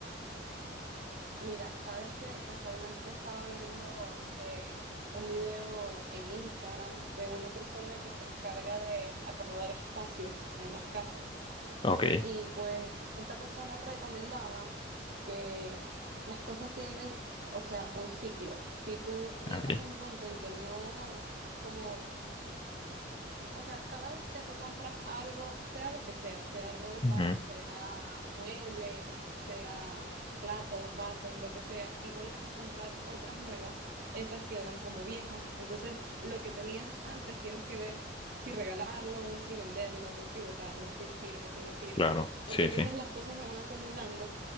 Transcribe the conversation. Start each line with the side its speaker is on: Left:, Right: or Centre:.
Right: Mira, sabes que casualmente estaba viendo eh, un video en Instagram de una persona que se encarga de acomodar espacios en las casas.
Left: Ok,
Right: Y pues esta persona recomendaba que las cosas tienen, o sea, un ciclo. Si tú llegas
Left: ok.
Right: a un punto en que no, como O sea, cada vez que tú compras algo, sea lo que sea, sea ropa,
Left: Ujú,
Right: sea muebles, sea platos, vasos, lo que sea, y vuelves a comprar otras nuevas, esas quedan como viejas. Entonces, lo que tenías antes tienes que ver si regalarlo, si venderlo, si botarlo, si sirve, si no sirve,
Left: Claro,
Right: porque
Left: sí,
Right: entonces
Left: sí.
Right: las cosas se van acumulando